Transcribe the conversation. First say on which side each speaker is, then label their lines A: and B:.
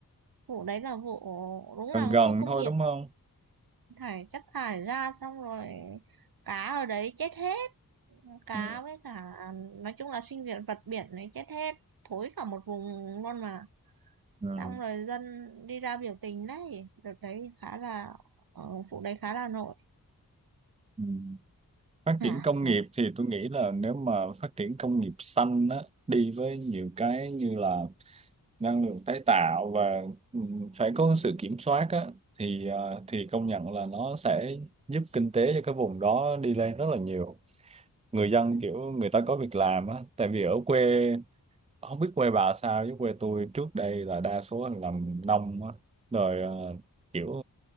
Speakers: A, on the right (about 85°); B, on the right (about 20°).
A: vụ đấy là vụ đúng
B: gần
A: là
B: gần
A: khu công
B: thôi
A: nghiệp
B: đúng không
A: thải chất thải ra xong rồi cá ở đấy chết hết cá
B: ừ.
A: với cả à, nói chung là sinh viên vật biển này chết hết thối cả một vùng luôn mà
B: Ừ.
A: xong rồi dân đi ra biểu tình đấy đợt đấy khá là ờ, vụ đấy khá là nổi
B: Ừ. phát
A: hả
B: triển công
A: nói
B: nghiệp thì tôi nghĩ là nếu mà phát triển công nghiệp xanh á đi với nhiều cái như là năng lượng tái tạo và ừm, phải có sự kiểm soát á thì à, thì công nhận là nó sẽ giúp kinh tế cho cái vùng đó đi lên rất là nhiều người dân kiểu người ta có việc làm á tại vì ở quê không biết quê bà sao chứ quê tôi trước đây là đa số là làm nông á rồi ờ, kiểu